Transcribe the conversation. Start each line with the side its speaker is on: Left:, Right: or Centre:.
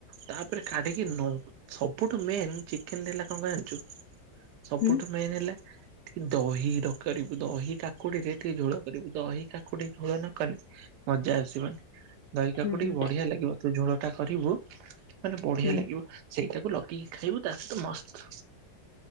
Right: ତାପରେ କାଢିକି ନଉ ସବୁଠୁ ମେନ ଚିକେନର କଣ କଣ ଜାଣିଛୁ। ସବୁଠୁ
Left: ହୁଁ
Right: ମେନ୍ ହେଲା। ଦହିରେ କରିବୁ ଦହି କାକୁଡିରେ ଟିକେ ଝୋଳ କରିବୁ ଦହି କାକୁଡି ଝୋଳ ନକଲେ। ମଜା ଆସିବନି। ଦହି
Left: ହୁଁ
Right: କାକୁଡି
Left: ହୁଁ
Right: ବଢିଆ ଲାଗିବ ଜଉ ଝୋଳ ଟା କରିବୁ। ମାନେ ବଢିଆ
Left: ହୁଁ
Right: ଲାଗିବ ସେଇଟାକୁ ଲଗେଇକି ଖାଇବୁ ତା ସହିତ ମସ୍ତ।